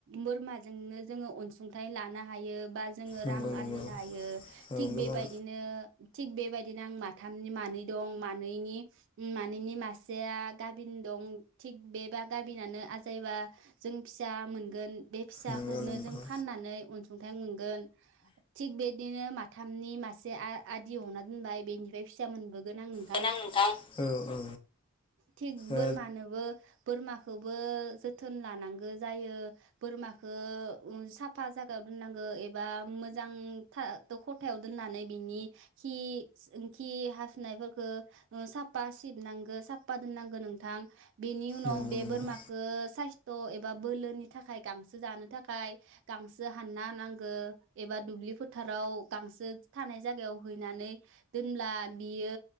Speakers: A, on the right; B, on the left.
A: बोरमाजोंनो जोङो अनसुंथाइ लानो हायो बा जो
B: नंगौ
A: रां
B: नंगौ
A: आरजिनो हायो
B: औ
A: थिग
B: गोबां
A: बेबायदिनो थिग बेबाय बिदिनो आं माथामनि मानै दं मानैनि मानैनि मासेया गाबिन दं थिग बेबा गाबिनानो आजायबा जों फिसा मोनगोन। बे फिसाखौनो
B: नंगौ नंगौ
A: जों फाननानै अन सुंथायाइ मोनगोन। थिग बे बिदिनो माथामनि मासे आ आदि हरना दोनबाय बेनिफ्राय फिसा मोनबो गोन आं नोंथां।
B: दों औ औ
A: थिग बोरमानोबो
B: ओ
A: बोर बोरमाखौबो जोथोन लानांगौ जायो। बोरमाखौ साफा जागायाव दोननांगौ एबा मोजां था खथायाव दोननानै बिनि खि खि हासुनायफोरखौ ओ साफा सिबनांगो साफा दोननांगौ नोंथां। बेनि उनाव
B: नंगौ
A: बे
B: नंगौ
A: बोरमाखौ साय सथ' एबा बोलोनि थाखाय गांसो जानो थाखाय गांसो हानना होनांगो एबा दुब्लि फोथाराव गांसो थानाय जायगायाव हैनानै दोनब्ला बियो